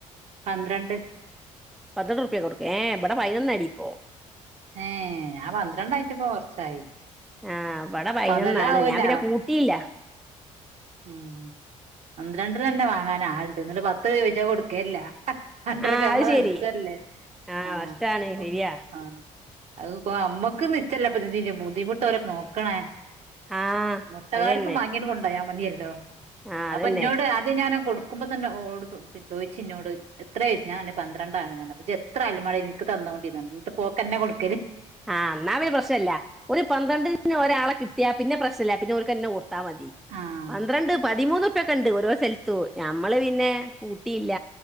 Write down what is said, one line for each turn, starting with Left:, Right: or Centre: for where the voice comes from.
Right: പന്ത്രണ്ട്
Centre: പതിനെട്ട് രൂപ കൊടുക്കേ അവിടെ പൈനൊന്ന അടിപ്പോ
Right: ഏ ഞ പന്ത്രണ്ടായിട്ടപ്പ കൊറച്ചായി
Centre: ആ ഇവിടെ പതിനൊന്നാണ്
Right: അതെല്ലാം ആവൂല
Centre: ഞാൻ പിന്നെ കൂട്ടിയില്ല
Right: ഉം ഒന് രണ്ട തന്നെ വാങ്ങാന ആണ്ട് എന്നിട്ട പത്ത് രപച്ചാ കൊടുക്കേല്ല അണ്ടൂപ
Centre: ആ അത്
Right: അമ്മ
Centre: ശരി
Right: അസ്ല്ലേ
Centre: ആ
Right: ആഹ
Centre: നഷ്ടാണ്
Right: <unintelligible>
Centre: ശരിയാ
Right: ആഹ അത് അമ്മക്ക് നിിച്ചല്ല അപ്പ എ ബുദ്ധിമുട്ട് അവരെ നോക്കണേ
Centre: ആ
Right: മുട്ടകാർക്ക്ും
Centre: അത് തന്നെ
Right: വാങ്ങീയിട്ട് കൊണ്ടോ ഞൻ മതില്ല ഹലോ
Centre: ആ അതന്നെ
Right: അപ്പൊ എന്നോട് ആദ്യം ഞാന കൊടുക്ക നക്ക്പ തന്നെഓ ചോദി ഇോട് എത്രയാഴ്ു ഞാൻ എന്നെ പന്ത്രണ്ടാണ്ങ്ങെെ എത്ര അല്ല മഴ നിനിക്ക് തന്നുകോണ്ടിന്നട്ട് പോക്ക്ന്നെ കൊടുക്ക
Centre: ആഹ എന്നാ അവര് പ്രശ്നല്ല ഒരു പന്ത്രണ്ടി പിന്ന ഒരാളെ കിട്ടിയ പിന്ന പ്രശ്ന ഇല്ല പിന്നെക്ക്െഒരുക്കുത്തന്നെ കൊടു മതി
Right: ആഹ്
Centre: പന്ത്രണ്ട് പതിമൂന്ന് പ്പൊക്കെണ്ട് ഓരോ സ്ഥലത്തു മ്മള് പിന്നെ ഊട്ടിയില്ല